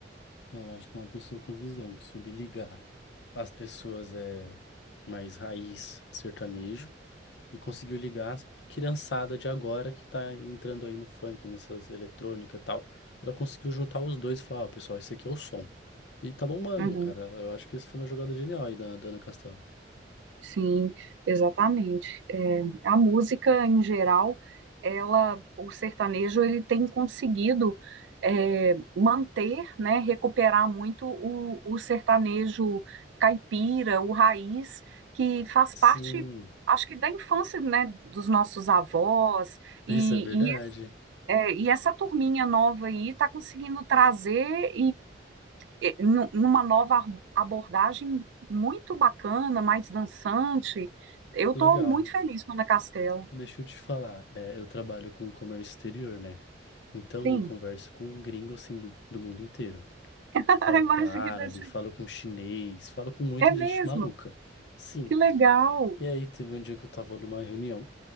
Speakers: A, on the left; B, on the right.
A: Eu acho que uma pessoa com visão, que soube ligar as pessoas é mais raiz sertanejo e conseguiu ligar as criançada de agora que tá entrando aí no funk, nessas eletrônicas e tal. Ela conseguiu juntar os dois e falar, ó, pessoal, esse aqui é o som. E tá bombando,
B: Uhum.
A: cara. Eu acho que isso foi uma jogada genial aí da, da Ana Castela.
B: Sim, exatamente. É, a música em geral, ela, o sertanejo, ele tem conseguido é, manter, né, recuperar muito o, o sertanejo caipira, o raiz, que faz
A: Sim,
B: parte, acho que da infância, né, dos nossos avós e,
A: isso é verdade.
B: e, é, e essa turminha nova aí está conseguindo trazer eh, numa nova abordagem muito bacana, mais dançante. Eu estou
A: Legal.
B: muito feliz com a Ana Castela.
A: Deixa eu te falar. é, eu trabalho com comércio exterior, né? Então
B: Sim,
A: eu converso com gringos assim do, do mundo inteiro.
B: <laughs>
A: Falo
B: a imagem
A: com árabe,
B: que deve ser.
A: falo com chinês, falo com muita
B: É mesmo,
A: gente maluca. Sim.
B: que legal.
A: E aí teve um dia que eu tava numa reunião,